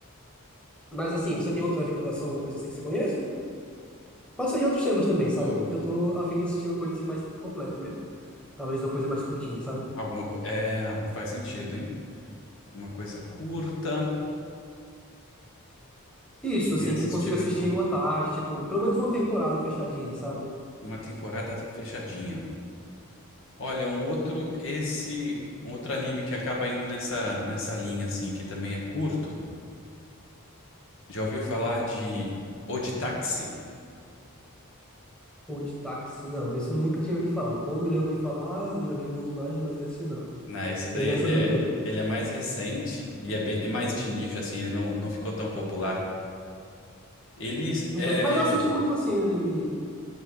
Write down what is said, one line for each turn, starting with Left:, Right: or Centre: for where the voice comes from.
Centre: Mas assim, você tem outra recomendação, alguma coisa assim que você conheça? Pode ser de outros temas também, sabe?
Left: Tô-
Centre: Que eu tô a fim de assistir uma coisa assim mais por completo mesmo. Talvez uma coisa mais curtinha, sabe?
Left: Alguma coisa. É, faz sentido, hein? Uma coisa curta,
Centre: Isso,
Left: que eu
Centre: assim,
Left: tenha assistido
Centre: que eu consiga assistir em uma tarde, tipo, pelo menos uma temporada fechadinha, sabe?
Left: uma temporada fechadinha. Olha, um outro, esse, um outro anime que acaba indo nessa, nessa linha, assim, que também é curto. Já ouviu falar de Oditaxi?
Centre: Ou de táxi. Não, esse eu nunca tinha ouvido falar. Quando eu já ouvi falar, já vi algumas imagens, mas esse não.
Left: Não, esse daí
Centre: Ele é
Left: ele
Centre: sobre
Left: é,
Centre: o quê?
Left: ele é mais recente e é, bem, é mais de nicho, assim, ele não, não ficou tão popular. Ele
Centre: Entendo.
Left: é,
Centre: Mas eu assisto muito, assim, anime